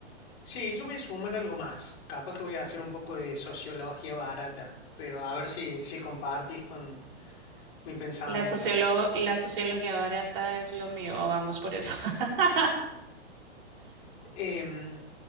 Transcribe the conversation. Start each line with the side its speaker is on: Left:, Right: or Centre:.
Left: Sí, yo voy a sumar algo más. Capaz que voy a hacer un poco de sociología barata, pero a ver si, si compartís con mi pensamiento.
Right: La sociolo- la sociología barata es lo mío, vamos por eso. <laughs>
Left: Em,